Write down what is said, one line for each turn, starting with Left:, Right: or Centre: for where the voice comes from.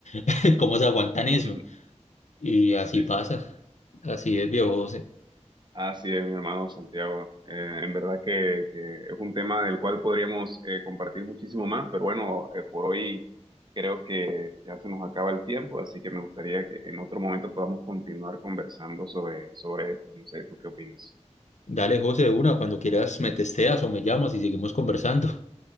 Left: <laughs> ¿cómo se aguantan
Right: <laughs>
Left: eso? Y así
Right: Sí,
Left: pasa.
Right: sí.
Left: Así es, viejo José.
Right: Así es, mi hermano Santiago. Eh, en verdad que, que es un tema del cual podríamos eh, compartir muchísimo más, pero bueno, eh, por hoy creo que ya se nos acaba el tiempo, así que me gustaría que en otro momento podamos continuar conversando sobre, sobre esto. No sé, ¿tú qué opinas?
Left: Dale, José, de una, cuando quieras me testeas o me llamas y seguimos conversando.